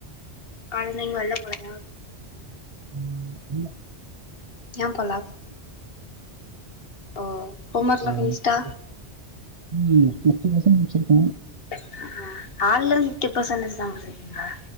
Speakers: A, on the left; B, on the right.
A: ஆல்ரெடி வெள்ல போலயா
B: உம் இல்ல
A: ஏ போல ஓ ஹோம் ஒர்க்லா
B: <unintelligible>
A: ஃபினிஷ்டா
B: உம் ஃபினி த்ரீ லெசன் முடிச்சிருக்கே
A: ஆஹ் கால்லிருந்து கிப்போ சொன்னதுதா வந்துருக்கீங்ளா